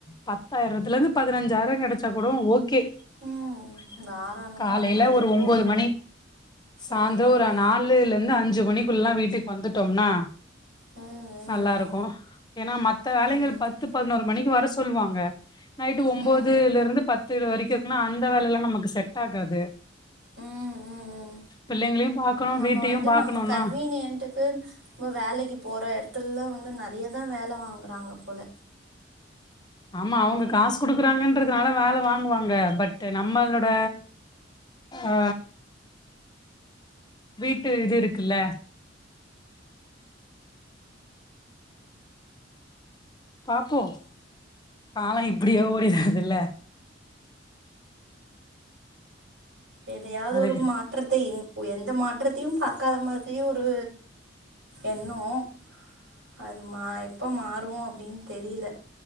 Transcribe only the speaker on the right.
ம் தாராளமா
அது
போது
ம்
ம் ம்
ம்
ம்
ம் ம் வம்
நம்ம
வந்து
நம்ம கன்வீனிவீட்டுக்கு வேலைக் போற இடத்துல்லா வந்து நெறைய வேல வாங்குனங்க போல
எதையாவது
ஒரு மாற்றத்தை இன் ஓ எந்த மாற்றத்தையும் பாக்காத மாரி ஒரு எண்ணும் அது மா எப்போ மாறும் அப்டின்னு தெரியல